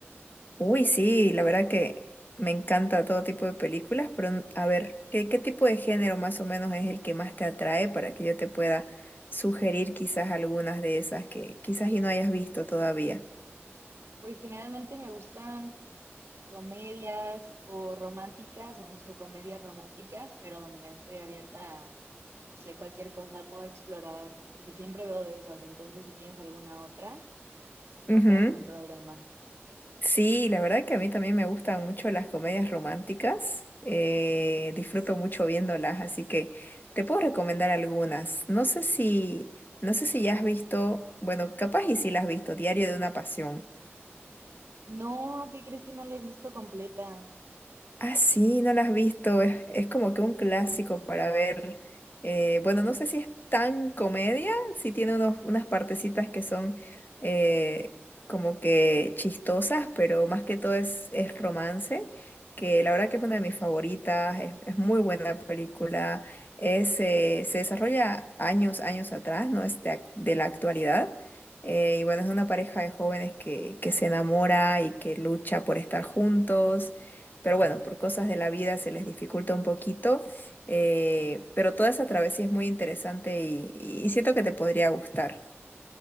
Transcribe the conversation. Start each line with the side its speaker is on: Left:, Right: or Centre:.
Left: Uy, sí, la verdad que me encanta todo tipo de películas, pero n- a ver, ¿qué, qué tipo de género más o menos es el que más te atrae para que yo te pueda sugerir quizás algunas de esas que quizás y no hayas visto todavía?
Right: Pues generalmente me gustan comedias o románticas o justo comedias románticas, pero mira, estoy abierta a, no sé, cualquier cosa puedo explorar porque siempre veo de esas. Entonces, si tienes alguna otra, no
Left: Ujú.
Right: tengo ningún problema.
Left: Sí, la verdad que a mí también me gustan mucho las comedias románticas. eh, disfruto mucho viéndolas, así que te puedo recomendar algunas. No sé si, no sé si ya has visto, bueno, capaz y si las has visto, Diario de una Pasión.
Right: No, ¿qué crees que no la he visto completa?
Left: Ah, sí, no la has visto. Es, es como que un clásico para ver. eh, bueno, no sé si es tan comedia, sí tiene unos, unas partecitas que son eh, como que chistosas, pero más que todo es, es romance, que la verdad que es una de mis favoritas, es, es muy buena película. Es, eh, se desarrolla años, años atrás, no es de, ac- de la actualidad. eh, y bueno, es una pareja de jóvenes que, que se enamora y que lucha por estar juntos pero bueno, por cosas de la vida se les dificulta un poquito, eh, pero toda esa travesía es muy interesante y, y siento que te podría gustar.